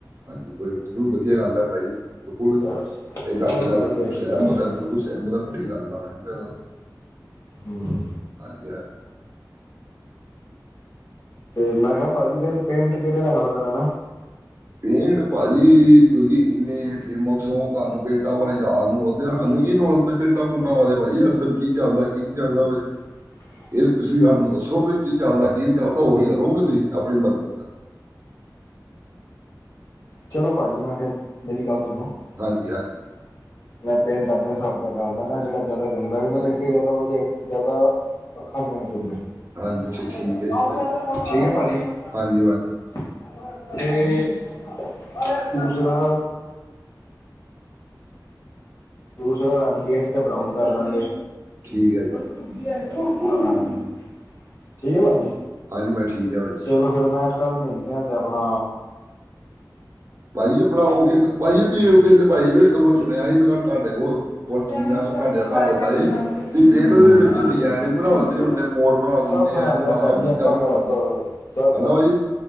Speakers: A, on the right; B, on the left.
A: ਹਾਂਜੀ, ਬਿਲਕੁਲ ਵਧੀਆ ਗੱਲ ਐ ਬਾਈ। ਬਿਲਕੁਲ
B: ਬਸ
A: ਮੈਂ ਤੁਹਾਡੀ
B: ਹੋਰ
A: ਗੱਲ
B: ਕੋਈ
A: ਨਾਲ
B: ਐਸੀ
A: ਸਹਿਮਤ
B: ਗੱਲ ਨਹੀਂ
A: ਆ
B: ਹੈ
A: ਬਿਲਕੁਲ। ਸਹਿਮਤ ਆ ਤੁਹਾਡੀ ਗੱਲ ਨਾਲ ਭਾਜੀ ਮੈਂ ਤਾਂ
B: ਹੂੰ
A: ਹਾਂਜੀ-ਹਾਂਜੀ।
B: 'ਤੇ ਮੈਂ ਕਿਹਾ ਭਾਜੀ ਫਿਰ ਪੇਂਟ ਕਿਹੜੇ ਦਾ ਰੰਗ ਕਰਾਣਾ।
A: ਪੇਂਟ ਭਾਜੀ ਤੁਸੀਂ ਇੰਨੇ ਫੇਮਸ ਹੋ ਤੁਹਾਨੂੰ ਪੇਟਾਂ ਵਾਲੇ ਜਾਦ ਨੂੰ 'ਤੇ ਸਾਨੂੰ ਕੀ ਨੋਲਜ ਪੇਟਾ ਪੂੰਟਾਂ ਵਾਰੇ ਭਾਜੀ ਇਸ ਟਾਈਮ ਕੀ ਚੱਲਦਾ ਕੀ ਨੀ ਚੱਲਦਾ ਭਾਜੀ।
B: <inaudible>
A: ਇਹ ਤੁਸੀਂ ਸਾਨੂੰ ਦੱਸੋਗੇ ਕੀ ਚੱਲਦਾ ਕੀ ਨਹੀਂ ਚੱਲਦਾ। ਉਹੀ ਕਰੋਗੇ ਤੁਸੀਂ ਆਪਣੀ ਮਰਜ਼ੀ ਨਾਲ
B: ਚਲੋ ਭਾਜੀ, ਮੈਂ ਫਿਰ ਮੇਰੀ ਗੱਲ ਸੁਣੋ।
A: ਹਾਂਜੀ-ਹਾਂਜੀ।
B: <inaudible> ਮੈਂ ਪੇਂਟ ਆਪਣੇ ਹਿਸਾਬ ਦਾ ਕਰਦਾਂਗਾ। ਜਿਹੜਾ ਜ਼ਿਆਦਾ ਗੰਦਾ ਵੀ ਨਾ ਲੱਗੇ ਜਿਆਦਾ ਵਧੀਆ ਜ਼ਿਆਦਾ ਅੱਖਾਂ 'ਚ ਵੀ ਨਾ ਚੁਬੇ
A: ਹਾਂਜੀ
B: <inaudible>
A: ਅੱਛਾ ਠੀਕ ਹੈ ਜੀ ਭਾਜੀ
B: ਠੀਕ ਆ ਭਾਜੀ।
A: ਹਾਂਜੀ ਹਾਂਜੀ
B: <inaudible> 'ਤੇ <inaudible> ਦੂਸਰਾ ਦੂਸਰਾ ਰੰਗ ਗੇਟ 'ਤੇ ਬਰਾਉਨ ਕਰ ਦਾਂਗੇ।
A: ਠੀਕ ਐ ਜੀ।
B: ਹਾਂਜੀ <inaudible> ਠੀਕ ਆ ਭਾਜੀ।
A: ਹਾਂਜੀ ਬਸ ਠੀਕ ਐ ਭਾਜੀ।
B: ਚਲੋ ਫਿਰ ਮੈਂ ਕੱਲ੍ਹ ਮਿਲਦੇ ਆਂ 'ਤੇ ਆਪਣਾ
A: ਭਾਜੀ ਆਪਣਾ ਉਹ ਕਹਿੰਦਾ ਭਾਜੀ ਉਹ ਕਹਿੰਦੇ ਭਾਜੀ ਵੀ ਇੱਕ ਮਣ ਸੁਣਿਆ ਸੀ ਮੈਂ ਤੁਹਾਡੇ ਕੋਲ ਬਹੁਤ
B: ਸਭ
A: ਦੁਨੀਆਂ ਤੁਡੇ-ਤੁਡੇ ਬਾਰੇ ਦੀ ਪੇਂਟ ਦੇ ਵਿੱਚ ਡਿਜਾਇਨ ਵੀ ਬਣਾ ਦਿੰਦੇ ਓ। ਮੋਰ ਬਣਾ ਦਿੰਨੇ
B: ਬਣਾਉਂਦੇ
A: ਆਂ ਜਿੰਨਾ
B: ਹਾਂ ਭਾਜੀ
A: ਹਰ ਚੀਜ਼ਾਂ
B: ਆਪਾਂ
A: ਬਣਾ
B: ਸਭ
A: ਦਿੰਨੇ <inaudible>
B: ਸਭ
A: ਹਨਾ ਬਾਈ